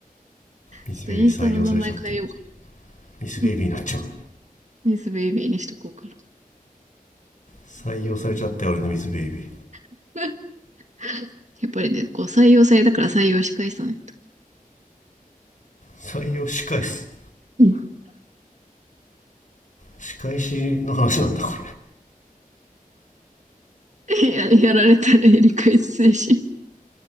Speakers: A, on the left; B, on the right.
A: ミスベイビー採用されちゃったよ。
B: ちょっとインスタの名前変えようかな。
A: ミスベイビーになっちゃうの。
B: うんミスベイビーにしとこうかな。
A: 採用されちゃって俺のミスベイビー
B: <laughs> やっぱりね、こう採用されたから採用し返さないと。
A: 採用仕返す
B: うん
A: 仕返しの話なんだこ
B: いや、<laughs> やられたらやり返す精神。